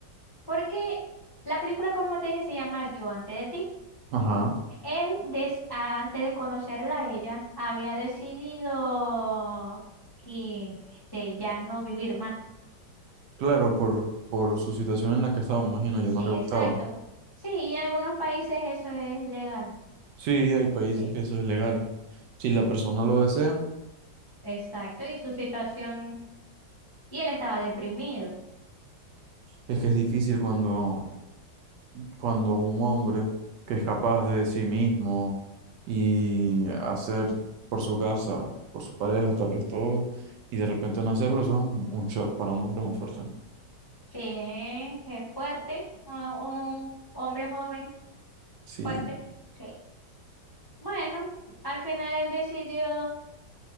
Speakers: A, on the left; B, on the right.
A: Porque la película, como te dije, se llama Yo antes de ti.
B: Ajá.
A: Él, des- antes de conocerla a ella, había decidido que este, ya no vivir más.
B: Claro, por, por su situación en la que estaba, me imagino,
A: Sí,
B: ya no le gustaba.
A: exacto. Sí, y en algunos países eso es legal.
B: Sí, hay países
A: Sí,
B: que eso es legal. Si la persona lo desea,
A: exacto, y su situación, y él estaba deprimido.
B: es que es difícil cuando cuando un hombre que es capaz de sí mismo y hacer por su casa, por su pareja, tal vez todo, y de repente no hacerlo, eso es un, un shock para un hombre muy fuerte.
A: Sí, es fuerte, un, un hombre joven,
B: Sí,
A: fuerte, sí. Bueno, al final él decidió